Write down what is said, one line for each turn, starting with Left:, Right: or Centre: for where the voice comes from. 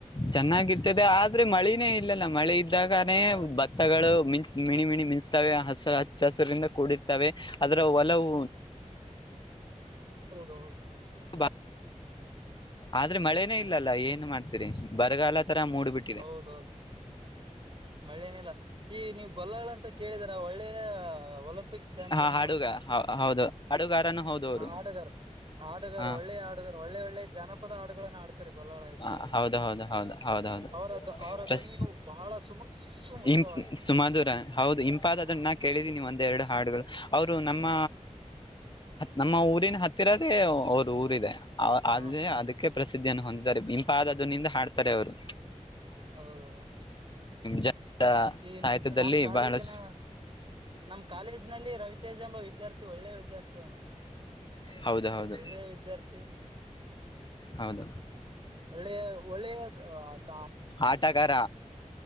Left: ಚೆನ್ನಾಗಿರ್ತದೆ ಆದ್ರೆ ಮಳನೇ ಇಲ್ಲಲ್ಲ ಮಳೆ ಇದ್ದಾಗನೇ
Right: ಆ ಮಳೆ
Left: ಬ. ಹಗಳು ಮಂ ಮಿಣಿ ಮಿಣಿ ಮಿಂಚಸತವೆ ಹಸಿ ಹಚ್ಚ ಹಸಿರಿಂದ ಕೂಡಿರ್ತವೆ ಅದರ ಒಲವು.
Right: ಹೌದ ಹೌದು.
Left: ಬ- ಆದ್ರೆ ಮಳೇನೇ ಇಲ್ಲಲ್ಲ ಏನ್ ಮಾಡ್ತೀರಿ ಬರಗಾಲ ತರ ಮೂಡ್ಬಿಟ್ಟು.
Right: ಹೌದೌದು. ಮಳ್ಳೇನಿಲ್ಲ ಈಗ ನೀವು್ ಗೊಲ್ಲಗಳಂತ ಕೇಳಿದರ ಒಳ್ಳೆಯ ಒಲಂ. ಪಿಕಿಸ್ ಚಾಂಪಿಯನ್
Left: ಹಾ ಹಾಡುಗ
Right: ಅವರು
Left: ಹೌ- ಹೌದು ಹಾಡುಗಾರನು ಹೌದು ಅವರು
Right: ಆಟಗಾರ್ ಆಟಗಾರ
Left: ಹಾ
Right: ಒಳ್ಳೆ ಆ. ಒಳ್ಳೆ ಒಳ್ಳೆ ಜನಪದ ಹಾಡುಗಳನ್ನು ಹಾಡತಾರ. ಗೊಲ್ಲಾಳೇಶ್ವರ
Left: ಆ, ಹೌದು ಹೌದು ಹೌದು ಹೌದು ಹೌದು
Right: ಅವರ ಅವರ
Left: ಪ್ಲಸ್
Right: ಧ್ವನಿಯು ಬಹಳ ಸುಮ. ಸುಮಧುರವಾಗಿದೆ
Left: ಇಂಪ್ ಸುಮಧುರ ಹೌದು ಇಂಪಾದ ಆದ
Right: ಹ
Left: ಅದನ್ನ ನಾ ಕೇಳಿದೀನಿ ಒಂದ್ ಎರಡು ಹಾಡುಗಳು. ಅವರು ನಮ್ಮ ನಮ್ಮ ಊರಿನ ಹತ್ತಿರದೇ ಅವರು ಊರಿದೆ
Right: ಹ
Left: ಆದೇ ಅದಕ್ಕೆ ಪ್ರಸಿದ್ಧಿಯನ್ನು ಹೊಂದಿದ್ದಾರೆ ಇಂಪಾದದನಿಂದ ಹಾಡ್ತಾರೆ ಅವ್ರು
Right: ಹೌದ ಹೌದು
Left: ಜ
Right: ಈ
Left: ಸಾಹಿತ್ಯದಲ್ಲಿ
Right: ನಮ್ ನಮ್ಮ್ ಕಾಲೇಜಿನ
Left: ಬಹಳಷ್ಟು
Right: ನಮ ಕಾಲೇಜ್ ನಲ್ಲಿ ರವಿತೇಜ್ ಎಂಬ ವಿದ್ಯಾರ್ಥಿ ಒಳ್ಳೆ ವಿದ್ಯಾರ್ಥಿ ಅವನು
Left: ಹೌದ ಹೌದು
Right: ಒಳ್ಳೆಯ ವಿದ್ಯಾರ್ಥಿ
Left: ಹೌದ
Right: ಒಳ್ಳೆಯ ಒಳ್ಳೆಯ ಅದ ಆ
Left: ಆಟಗಾರ